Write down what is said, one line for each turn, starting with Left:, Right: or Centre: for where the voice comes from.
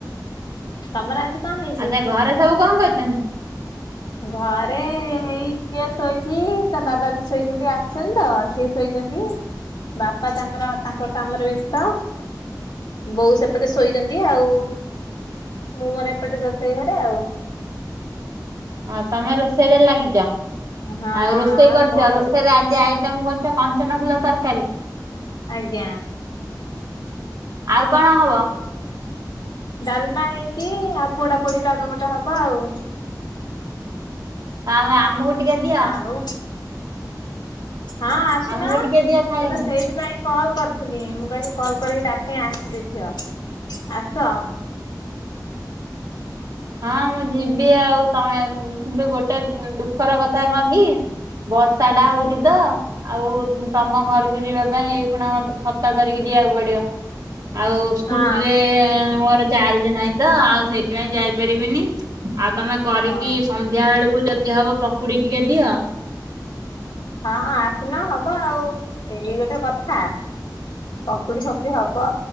Left: ତମର ଆଜି କଣ ହେଇଛି?
Right: ଆଚ୍ଛା ଘରେ ସବୁ କଣ କରୁଚନ୍ତି?
Left: ଘରେ ଏଇ ଝିଅ ଶୋଇଚି ତା ବାବା ବି ଶୋଇଚନ୍ତି ଆସଚନ୍ତି ତ। ସିଏ ଶୋଇଚନ୍ତି ବାପା ତାଙ୍କର ତାଙ୍କ କାମରେ ବ୍ୟସ୍ତ। ବୋଉ ସେପଟେ ଶୋଇଚନ୍ତି, ଆଉ ମୁଁ ମୋର ଏପଟେ ରୋଷେଇ ଘରେ ଆଉ।
Right: ହଁ ତମେ ରୋଷେଇରେ ଲାଗିଚ,
Left: ହଁ
Right: ଆଉ ରୋଷେଇ କରୁଚ,
Left: କଣ କରେ
Right: ରୋଷେଇରେ ଆଜି ଆଇ ତମେ କରୁଚ କଞ୍ଚନ ଫୁଲ ତରକାରୀ?
Left: ଆଜ୍ଞା।
Right: ଆଉ କଣ ହବ?
Left: ଡାଲମା ହେଇଚି ଆଉ ପୋଡା ପୋଡି ପାଗ ଗୋଟେ ହବ ଆଉ।
Right: ତାହେଲେ ଆମକୁ ଟିକେ ଦିଅ।
Left: ଆଉ ହଁ ଆସୁନ
Right: ଆମକୁ ଟିକେ ଦିଅ ଖାଇବାକୁ।
Left: ମୁଁ ତ ସେଇଥିପାଇଁ କଲ୍ କରଥିଲି ମୁଁ କଇନି କଲ୍ କରିକି ଡାକେ ଆସିବେ ଝିଅ ଆସ।
Right: ହଁ ମୁଁ ଯିବି ଆଉ ତମେ କିନ୍ତୁ ଗୋଟେ ଦୁଃଖର କଥା କଣ କି ବର୍ଷା ଟା
Left: ହୁଁ
Right: ହୋଉଚି ତ। ଆଉ ତମ ଘରକୁ ଯିବା ପାଇଁ ଏଇ ଫୁଣା ମତେ ଛତା ଧରିକି ଯିବାକୁ ପଡିବ। ଆଉ ସ୍କୁଟିରେ
Left: ହଁ
Right: ମୋର ଚାର୍ଜ ନାହିଁ ତ ଆଉ ସେଇଥିପାଇଁ ଯାଇପାରିବିନି। ଆଉ ତମେ କରିକି
Left: ଓ
Right: ସନ୍ଧ୍ୟା ଓଳୁକୁ ଯଦି ହବ ପକୁଡି ଟିକେ ଦିଅ।
Left: ହଁ ଆସୁନ ହବ ଆଉ ଏଇ ଗୋଟେ କଥା। ପକୁଡି ଫକୁଡି ହବ